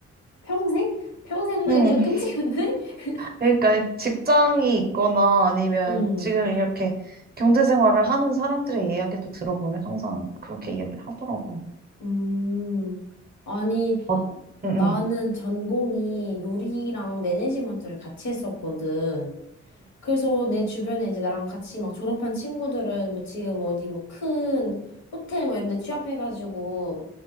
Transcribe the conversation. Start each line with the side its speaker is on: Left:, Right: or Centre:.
Left: 평생? 평생 하기엔
Right: 응
Left: 좀 끔찍한데? <laughs>
Right: 그러니까 직장이 있거나 아니면
Left: 음,
Right: 지금 이렇게 경제생활을 하는 사람들의 이야기도 들어보면 항상 그렇게 이야기를 하더라고
Left: 음. 아니,
Right: 어
Left: 나는
Right: 응응
Left: 전공이 요리랑 매니지먼트를 같이 했었거든. 그래서 내 주변에 이제 나랑 같이 막 졸업한 친구들은 뭐 지금 어디 뭐 큰 호텔 뭐 이런 데 취업해가지고